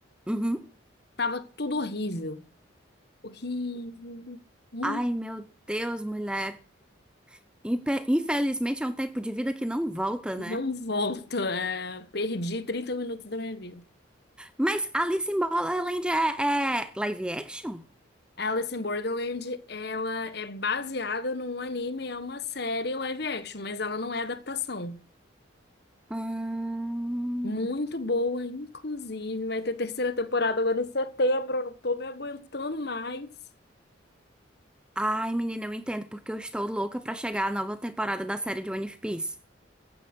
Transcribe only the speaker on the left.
tava tudo horrível. Horrível. Hum,
Não volto. é, perdi 30 minutos da minha vida.
Alice in Borderland, ela é baseada num anime, é uma série live action, mas ela não é adaptação.
Muito boa, inclusive. Vai ter terceira temporada agora em setembro. Eu não tô me aguentando mais.